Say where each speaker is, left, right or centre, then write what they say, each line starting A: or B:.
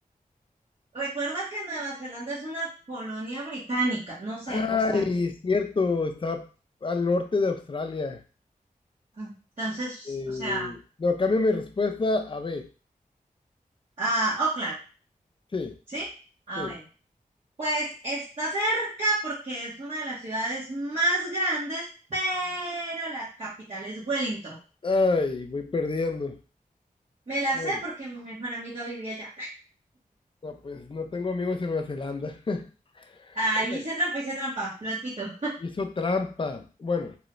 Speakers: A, on the right; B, on the left.
A: recuerda que Nueva Zelanda es una colonia británica. No sé,
B: Ay,
A: pues aquí.
B: es cierto, está al norte de Australia.
A: ah, Entonces,
B: Eh,
A: o sea.
B: no, cambio mi respuesta a B.
A: Ah, Oakland,
B: Sí,
A: ¿sí? Ah,
B: sí.
A: bueno. Pues está cerca porque es una de las ciudades más grandes, pero la capital es Wellington.
B: Ay, voy perdiendo.
A: Me la
B: Bueno,
A: sé porque mi mejor amiga vivía allá.
B: no, pues no tengo amigos en Nueva Zelanda. <laughs>
A: Ahí
B: Ok,
A: hice trampa, hice trampa, lo admito.
B: hizo trampa. Bueno,